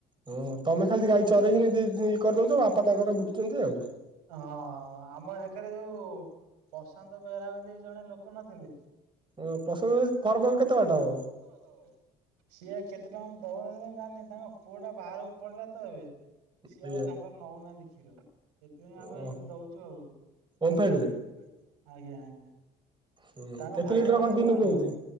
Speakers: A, on the right; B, on the right.
A: ଓ ହୋ ତମେ ଖାଲି ଗାଈ ଚରାଇକି ଇଏ କରିଦଉଛି ବାପା ତାଙ୍କର ବିକୁଛନ୍ତି ଆଉ।
B: ହଁ ଆମ ସେକାରେ ଯୋଉ ପ୍ରଶାନ୍ତ ବେହେରା ବୋଲି ଜଣେ ଲୋକ ନଥିଲେ।
A: ଓ ପ୍ରସୁ କରବ କେତେ?
B: ବ
A: ବାଟ
B: କର
A: ହବ
B: ଦବ? ସିଏ କେତେ ଟଙ୍କା ଦାମ ଦଉନ ଜାଣିନି ତାଙ୍କ ପୁଅ ଟା ବାହାରକୁ ପଡିଲା ତ ଏବେ। ସିଏ
A: ଆଜ୍ଞା
B: ଆଉ ତାଙ୍କର ନଉନାହାନ୍ତି କ୍ଷୀର ସେଥିପାଇଁ
A: ଓହୋ
B: ଆମେ ଏ ଦଉଛୁ ଆଉ।
A: ଓମ୍ଫେଡ ରେ?
B: ଆଜ୍ଞା ଆଜ୍ଞା।
A: ହୁଁ
B: ତାଙ୍କ
A: କେତେ
B: ଭାଇଟା
A: ଲିଟର
B: ବଉତ
A: ଖଣ୍ଡେ ଦିନକୁ
B: ବାଳୁଙ୍ଗା
A: ହଉଛି